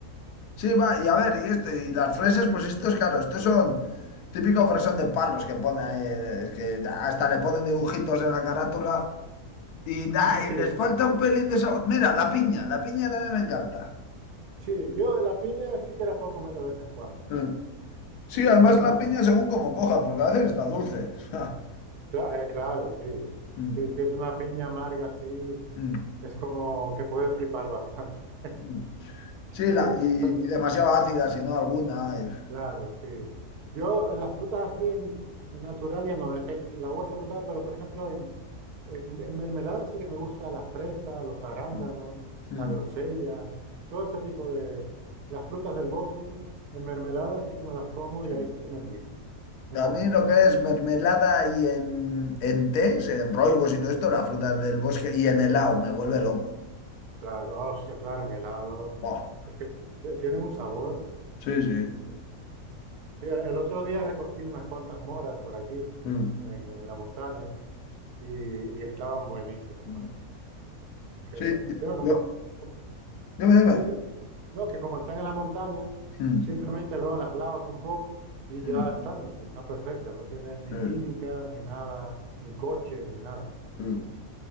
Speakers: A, on the left (about 85°); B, on the right (about 80°).
A: Sí, va, y a ver, y esto, y las fresas pues estos, claro, estos son típico fresón de palos que pone ahí, eh, es que hasta le ponen dibujitos en la carátula y, da,
B: <laughs> Sí.
A: y les falta un pelín de sabor. Mira, la piña, la piña también me encanta.
B: Sí, yo la piña sí que la puedo comer de vez en cuando,
A: Mm. Sí,
B: porque
A: además
B: tiene,
A: la piña según como cojas, porque a veces está dulce. <laughs>
B: cla- eh, claro, sí,
A: Mm,
B: sí, si es una piña amarga, sí,
A: mm,
B: es como que puede flipar bastante. <laughs>
A: mm. Sí,
B: Sí,
A: la, y,
B: pero,
A: y demasiado ácida, si no alguna. y-
B: claro, sí. Yo eh, las frutas así en, en natural ya no, es el- la uva fermentada, pero por ejemplo en, en, en mermelada sí que me gusta la fresa, los arándanos,
A: Mm, mm,
B: la grosella, todo ese tipo de, las frutas del bosque, en mermelada sí que me las como y
A: sí.
B: ahí sí que me envicio, un montón.
A: A mí lo que es mermelada y en, en tés, en roibos y todo esto, las frutas del bosque y en helado, me vuelve loco.
B: Claro, oh, hostia, claro, en helado.
A: Buah.
B: Es que eh, tienen un sabor.
A: Sí, sí.
B: impre- Mira, El otro día recogí unas cuantas moras por aquí,
A: Mm.
B: en, en la montaña, y, y estaban buenísimas,
A: Mm.
B: madre mía. Es que,
A: Sí,
B: sí, va como-
A: yo.
B: como-
A: Dime, dime.
B: sí, sí. No, que como están en la montaña,
A: Mm,
B: simplemente luego las lavas un poco y ya
A: mm,
B: están, están perfectas. No tienen ni
A: Sí,
B: química, ni nada, ni coches, ni nada.
A: sí.